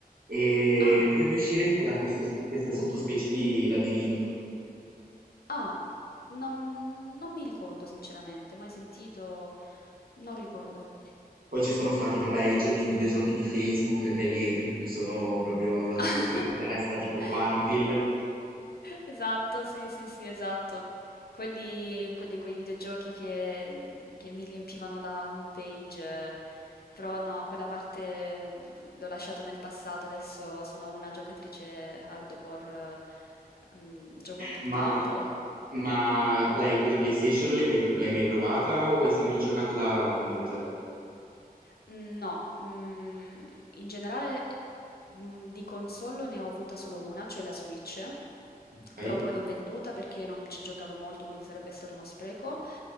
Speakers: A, on the right; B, on the left.
A: E
B: Ah,
A: dovevi uscire tipo da questo- questa sottospecie di labirinto.
B: ah, non non mi ricordo sinceramente, mai sentito, non ricordo.
A: Poi ci sono stati, vabbè, i, gio- i videogiochi di Facebook che lì mm, sono proprio andato
B: <laughs>
A: fuori di testa, tipo Farmville.
B: Esatto, sì, sì, sì, esatto. Quelli, quelli- quei videogiochi che, mm, che mi riempivano la homepage, eh, però no, quella parte l'ho lasciata nel passato, adesso sono una giocatrice hardcore, eh, mm, gioco a tutt'altro.
A: Ma, ma Play- la PlayStation l'hai mai, tro- l'hai mai provata o hai sempre giocato dal computer?
B: Mhmm, no, mhmm, in generale, mhmm, di console ne ho avuta solo una, cioè la Switch,
A: Ok?
B: però poi l'ho venduta perché non ci giocavo molto, quindi sarebbe stato uno spreco.